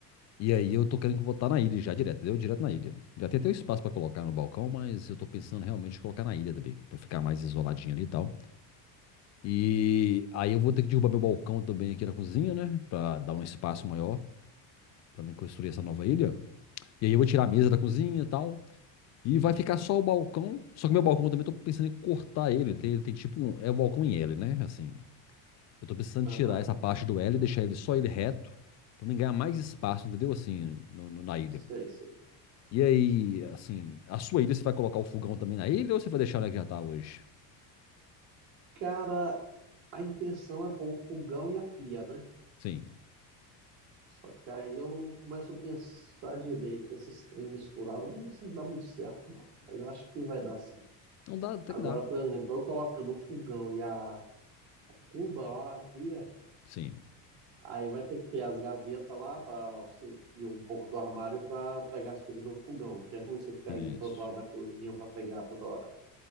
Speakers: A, on the left; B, on the right.
A: E aí eu tô querendo botar na ilha já direto, entendeu? Direto na ilha. Já tem até o espaço pra colocar no balcão, mas eu tô pensando realmente em colocar na ilha também, pra ficar mais isoladinho ali e tal. E aí eu vou ter que derrubar meu balcão também aqui na cozinha, né? Pra dar um espaço maior pra mim construir essa nova ilha. E aí eu vou tirar a mesa da cozinha e tal. E vai ficar só o balcão. Só que meu balcão eu também eu tô pensando em cortar ele. Ele tem, ele tem tipo um. É o balcão em L, né? Assim. Eu tô precisando tirar
B: Aham,
A: essa parte do L e deixar ele só ele reto. Pra mim ganhar mais espaço, entendeu? Assim, no- no- na ilha.
B: sei, sei.
A: E aí, assim, a sua ilha você vai colocar o fogão também na ilha ou você vai deixar ela que já tá hoje?
B: Cara, A intenção é pôr o fogão e a pia, né?
A: Sim.
B: Só que aí eu começo a pensar direito, esses trem misturados, não sei se dá muito certo, não. Mas acho que vai dar sim.
A: Não dá, até
B: Agora,
A: que dá.
B: por exemplo, eu colocando o fogão e a cuba lá, a pia,
A: Sim.
B: aí vai ter que ter as gavetas lá para você e um pouco do armário para pegar as coisas do fogão, que é ruim você ficar
A: Isso.
B: indo pro outro lado da cozinha para pegar toda hora.